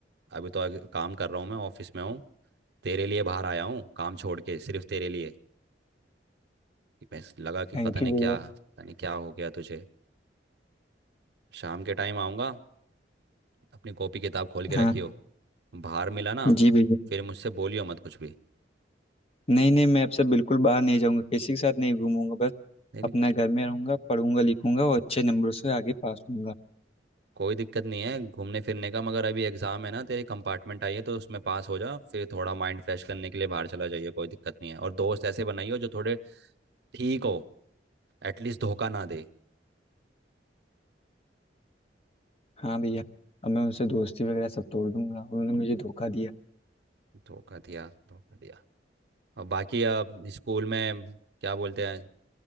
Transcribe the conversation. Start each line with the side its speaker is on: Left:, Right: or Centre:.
Right: अभी तो अग- काम कर रहा हूँ मैं ऑफिस में हूँ तेरे लिए बाहर आया हूँ काम छोड़ के सिर्फ तेरे लिए कि मैं लगा कि
Left: थैंक
Right: पता नहीं
Left: यू भैया
Right: क्या पता नहीं क्या हो गया तुझे शाम के टाइम आऊँगा अपनी कॉपी किताब खोल के
Left: हाँ
Right: रखियो बाहर मिला ना
Left: जी भैया
Right: फिर मुझसे बोलियो मत कुछ भी
Left: नहीं नहीं मैं अब से बिल्कुल बाहर नहीं जाऊंगा किसी के साथ नहीं घूमूंगा बस
Right: नहीं
Left: अपना घर में रहूंगा पढ़ूंगा लिखूंगा और अच्छे नंबरों से आगे पास होऊंगा
Right: कोई दिक्कत नहीं है घूमने फिरने का मगर अभी एग्जाम है ना तेरी कंपार्टमेंट आई है तो उसमें पास हो जा फिर थोड़ा माइंड फ्रेश करने के लिए बाहर चला जाइए कोई दिक्कत नहीं है और दोस्त ऐसे बनाइए जो थोड़े ठीक हो एटलीस्ट धोखा ना दे
Left: हाँ भैया अब मैं उनसे दोस्ती वगैरह सब तोड़ दूंगा उन्होंने मुझे धोखा दिया
Right: धोखा दिया धोखा दिया और बाकी अब स्कूल में क्या बोलते हैं